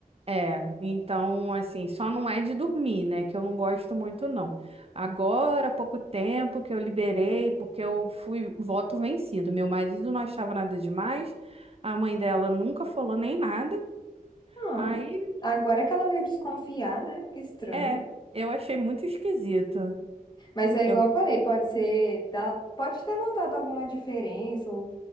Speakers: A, on the right; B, on the left.
A: É, então assim, só não é de dormir, né? Que eu não gosto muito não. Agora, há pouco tempo que eu liberei, porque eu fui voto vencido. Meu marido não achava nada demais, a mãe dela nunca falou nem nada.
B: Não.
A: Aí,
B: Agora que ela veio desconfiar, né? Que estranho.
A: é, eu achei muito esquisito.
B: Mas é igual
A: Eu
B: eu falei, pode ser, ela pode ter notado alguma diferença ou